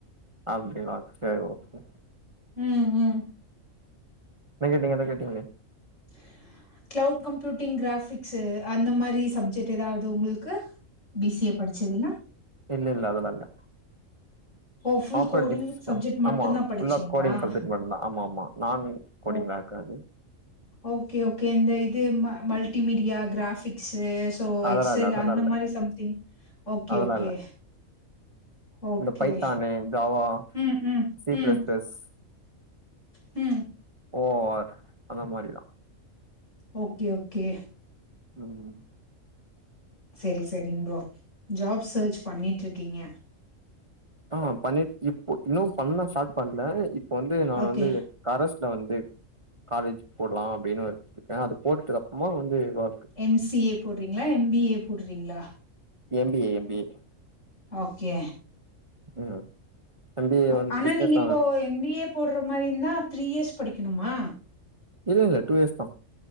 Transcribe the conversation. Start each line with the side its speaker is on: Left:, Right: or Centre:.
Right: அப்டிங்ளா செரி ஓகே.
Left: ம் ம்.
Right: என்ன கேட்டிங்க எதோ கேட்டிங்ளே?
Left: ஆஹ் கிளௌவுட் கம்ப்யூட்டிங் கிராஃபிக்ஸு அந்த மாரி சப்ஜெக்ட்டு எதாவது உங்குள்க்கு பி சி ஏ படிச்சதுல
Right: இல்லல்ல அதுலா இல்ல.
Left: ஓ full
Right: operating
Left: coding
Right: system
Left: subject மட்டுந்தா
Right: ஆமா
Left: படிச்சீங்களா
Right: ஃபுல்லா கோடிங் சப்ஜெக்ட் மட்டுந்தா ஆமாமா நான் கோடிங்தா
Left: ஓ
Right: காது.
Left: ஓகே ஓகே இந்த இது ம மல்டிமீடியா கிராஃபிக்ஸ்சுஸ் சோ
Right: அதெல்லா
Left: எக்செல்லு
Right: இல்ல அதெல்லா
Left: அந்த
Right: இல்ல
Left: மாரி சம்திங் ஓகே
Right: அதெல்லா
Left: ஓகே.
Right: இல்ல
Left: ஓகே
Right: இந்த பைத்தானு ஜாவா
Left: ம் ம்
Right: சி
Left: ம்.
Right: பிளஸ் பிளஸ்
Left: ம்.
Right: ஓ ஆர் அந்த மாரிதா.
Left: Okay okay.
Right: ம்.
Left: செரி செரிங் ப்ரோ ஜாப் சர்ச் பண்ணிட்ருக்கீங்க?
Right: ஆமா பண்ணிட் இப்பு இன்னு பண்ண ஸாட் பண்ல இப்ப வந்து நா
Left: ஓகே
Right: வந்து கரஸ்ல வந்து காலேஜ் போட்லா அப்டின்னு வெச்சிருக்கே அது போட்டுடுதுக்கு அப்மா வந்து வ
Left: எம் சி ஏ போட்றிங்ளா எம் பி ஏ போட்றிங்ளா?
Right: M B A M B A
Left: okay
Right: ம் எம் பி ஏ
Left: அ
Right: வந்து
Left: ஆனா
Right: பிசினஸ்
Left: நீங்க இப்போ எம் பி ஏ போட்ற மாரி இந்தா த்ரீ இயஸ் படிக்கணுமா?
Right: இல்லல்ல டூ இயஸ் தா.